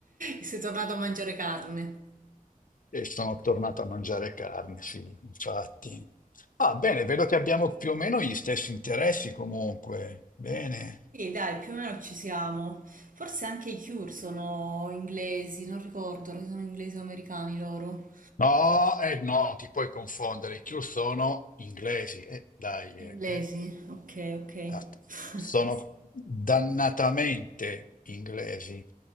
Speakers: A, on the right; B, on the left.
A: Sei tornato a mangiare carne.
B: e sono tornato a mangiare carne, sì, infatti. Ah, bene, vedo che abbiamo più o meno gli stessi interessi comunque. Bene.
A: Sì, dai, più o meno ci siamo. Forse anche i Cure sono inglesi, non ricordo, se sono inglesi o americani loro.
B: No, eh, no, ti puoi confondere. I Cure sono inglesi. Eh, dai, eh,
A: Inglesi,
B: eh.
A: ok, ok.
B: Ah,
A: <laughs>
B: sono dannatamente inglesi.